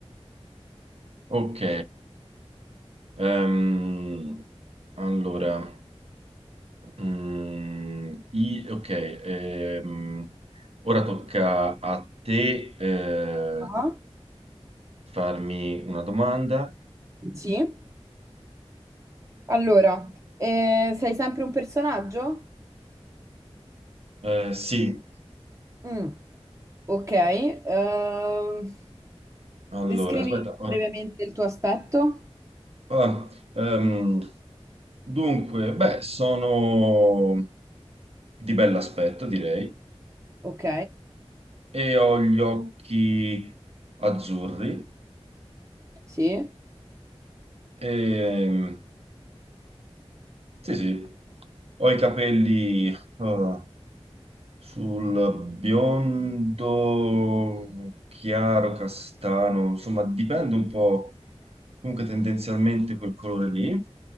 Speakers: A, on the right; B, on the right.
A: ok. Ehm, allora, mm, i- ok, ehm, ora tocca a te eh,
B: Ah,
A: farmi una domanda.
B: Sì. Allora, eh, sei sempre un personaggio?
A: Eh, sì,
B: Mm. Ok, ehm,
A: allora,
B: descrivi
A: aspetta. or-
B: brevemente il tuo aspetto.
A: ah, ehm, dunque, beh, sono di bell'aspetto, direi,
B: Ok,
A: e ho gli occhi azzurri.
B: sì,
A: E, sì, sì, ho i capelli... eh, sul biondo chiaro, castano, insomma, dipende un po', comunque tendenzialmente quel colore lì,